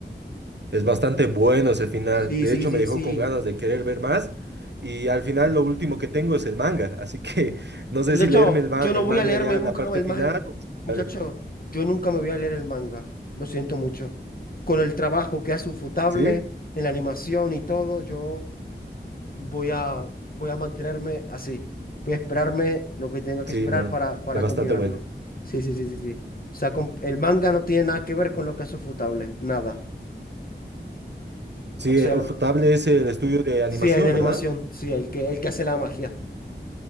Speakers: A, on the right; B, on the left.
A: es bastante bueno ese final.
B: Sí,
A: De
B: sí,
A: hecho,
B: sí,
A: me dejó
B: sí.
A: con ganas de querer ver más. Y al final lo último que tengo es el manga. Así que <laughs> no sé
B: Muchacho,
A: si leerme el, ma-
B: yo no
A: el
B: voy
A: manga
B: a leerme
A: ya
B: nunca
A: la parte
B: el
A: final.
B: manga.
A: o esperar
B: Muchacho,
A: el-
B: yo nunca me voy a leer el manga. Lo siento mucho. Con el trabajo que hace Ufotable
A: Sí,
B: en la animación y todo, yo voy a, voy a mantenerme así. Voy a esperarme lo que tenga que
A: sí,
B: esperar
A: no.
B: para, para
A: Es bastante
B: continuarlo.
A: buena.
B: Sí, sí, sí, sí, sí. O sea, con- el manga no tiene nada que ver con lo que hace Ufotable. Nada.
A: Sí,
B: O sea,
A: Ufotable es el estudio de animación,
B: sí, el de animación.
A: ¿verdad?
B: Sí, el que, el que hace la magia.